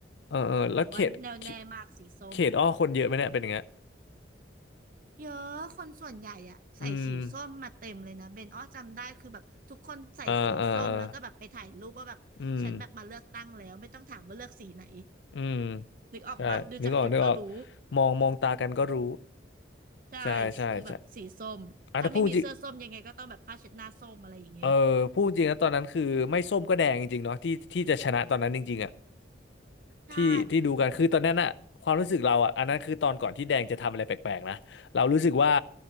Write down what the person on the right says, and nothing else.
แบบว่าแนวแน่มากสีส้ม
เยอะคนส่วนใหญ่อะใส่สีส้มมาเต็มเลยนะเบนอ้อจำได้คือแบบทุกคนใส่สีส้มแล้วก็แบบไปถ่ายรูปว่าแบบฉันแบบมาเลือกตั้งแล้วไม่ต้องถามว่าเลือกสีไหน
นึกออกปะดูจากชุดก็รู้
ใช่
คือแบบสีส้มถ้าไม่มีเสื้อส้มยังไงก็ต้องแบบผ้าเช็ดหน้าส้มอะไรอย่างเงี้ย
ใช่